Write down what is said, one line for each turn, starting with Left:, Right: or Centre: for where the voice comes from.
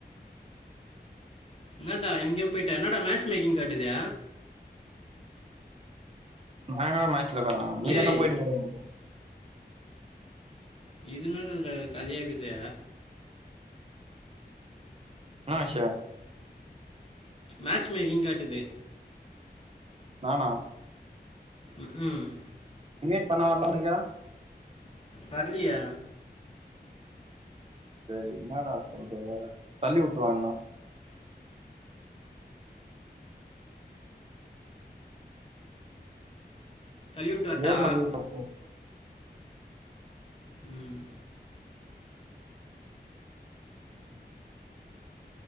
Left: என்னடா எங்கயோ போயிட்டா என்னடா மேச் மேக்கிங் காட்டுது
Right: நா எங்கடா மேட்சுல வர்றே நீ
Left: டேய்
Right: தான்டா போயிட்டிங்க எங்கயோ
Left: இது என்னடா இதுல கதையாக்குது
Right: என்ன ஆச்சி
Left: மேச் மேக்கிங் காட்டுது
Right: நானா
Left: ம் ம்
Right: இன்வைட் பண்ண வர்ல ஒனக்கு
Left: வர்லியே
Right: டேய் என்னடா சொல்ற தள்ளி உட்டு வாங்கன்னா
Left: தள்ளி விட்டு வரட்டா
Right: கேம் ஆடியே பாப்போ
Left: ம்